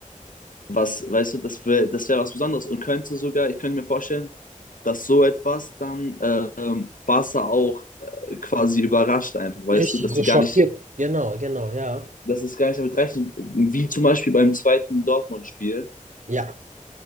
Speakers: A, on the left; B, on the right.
A: was, weißt du, das wäre, das wäre was Besonderes und könnte sogar, ich könnte mir vorstellen, dass so etwas dann ähm, Barca auch äh, quasi überrascht einfach, weißt
B: Richtig,
A: du, dass
B: so
A: die gar
B: schockiert.
A: nicht,
B: Genau, genau, ja.
A: dass es gar nicht damit rechnen, wie zum Beispiel beim zweiten Dortmund-Spiel,
B: Ja,